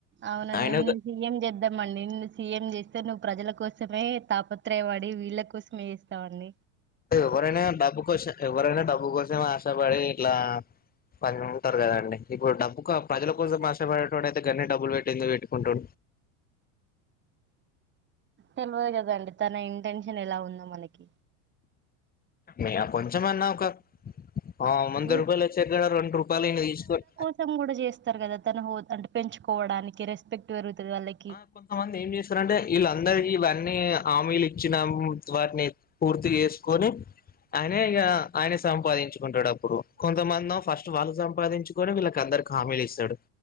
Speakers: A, on the right; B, on the left.
A: అవున
B: ఆయన
A: నీన్ ఏం చేద్దామండి నిన్ను సీఎం చేస్తే నువ్వు ప్రజల కోసమే తాపత్రయ పడి వీళ్ళ కోసమేసి తవండి
B: ఎవరైనా డబ్బు కోసం ఎవరైనా డబ్బు కోసమే ఆశపడి ఇట్లా పని ఉంటరు కదండి ఇప్పుడు డబ్బు ప్రజల కోసం కష్టపడేటోడు అయితే గనీ డబ్బులు పెట్టి ఎందుకు పెట్టుకుంటడు
A: తెలియదు కదండీ తన ఇంటెన్షన్ ఎలా ఉందో మనకి
B: మీ ఆ కొంచమన్నా ఒక ఆ వంద
A: ఉ-
B: రూపాయలు వచ్చేకాడ రెండు రూపాయలు ఈయన తీసుకొనీ
A: త్తం కూడా చేస్తారు కదా తను అంటే పెంచుకోవడానికి రెస్పెక్ట్ పెరుగుతది వాళ్ళకి
B: ఆ కొంతమంది ఏం చేస్తారంటే వీళ్ళందరికీ ఇవన్నీ హమీలు ఇచ్చినాము వాటిని పూర్తి చేసుకొని ఆయనే ఇగ ఆయన సంపాదించుకుంటడప్పుడు కొంతమందొ ఫస్ట్ వాళ్ళు సంపాదించు కొనీ వీళ్ళకి అందరికి హామీలు ఇస్తాడు